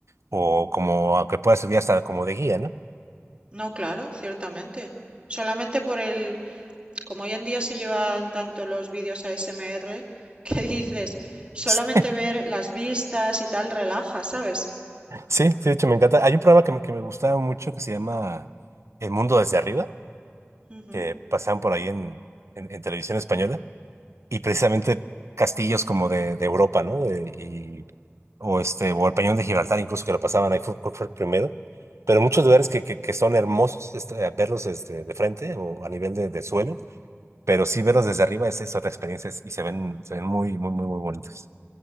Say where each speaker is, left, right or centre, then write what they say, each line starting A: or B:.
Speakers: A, on the right; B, on the right.
A: o como a que pueda servir hasta como de guía, ¿no?
B: No, claro, ciertamente. Solamente por el, como hoy en día se llevan tanto los vídeos ASMR, <laughs> que dices, solamente
A: Sí,
B: ver las vistas y tal relaja, ¿sabes?
A: sí, de hecho me encanta. Hay un programa que me, que me gustaba mucho que se llama El Mundo desde Arriba,
B: Ujú,
A: que pasaban por ahí en, en, en televisión española. y precisamente castillos como de, de Europa, ¿no? De- y, o este, o el Peñón de Gibraltar, incluso que lo pasaban ahí, fue, creo fue el primero. Pero muchos lugares que, que, que son hermosos este, a verlos este, de frente o a nivel de, de suelo, pero sí verlos desde arriba es, es otra experiencia y se ven, se ven muy, muy, muy, muy bonitos.